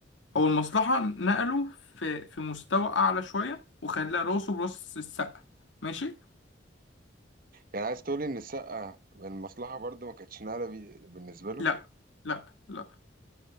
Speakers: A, on the left (about 80°); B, on the right (about 50°).
A: هو المصلحة نقله في في مستوى أعلى شوية وخلاه راسه براس السقا ماشي؟
B: يعني عايز تقولي ان السقة المصلحة برضو ما كانتش نقلة بي- بالنسبة له
A: لأ لأ لأ